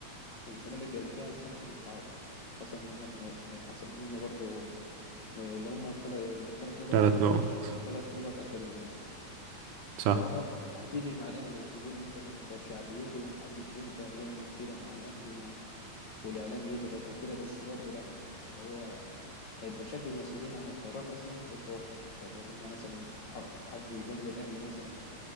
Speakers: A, on the left; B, on the right.
A: الزمالك قبل كده انسحب وتعاقب واتخصم منك نقط اتخصم منه برضه اللي هم الثلاث نقط
B: ثلاث
A: بتوع
B: نقط
A: الماتش وثلاث نقط اخر الموسم
B: صح
A: فهو هتيجي مع الاهلي تقول مثلا ده بشعبيته ومحدش يقدر يعمل كده مع الاهلي و... والاعلام يضغط وكده بس برضه لا هو هيبقى شكل المسؤولين عن القرار اصلا هيبقى وحش لو هم مثلا ح- حبوا يجاملوا الاهلي مثلا